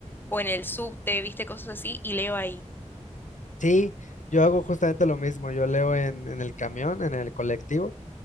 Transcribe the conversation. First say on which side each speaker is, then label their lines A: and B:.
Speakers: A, on the left; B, on the left.
A: o en el subte, viste, cosas así, y leo ahí.
B: Sí, yo hago justamente lo mismo. Yo leo en, en el camión, en el colectivo.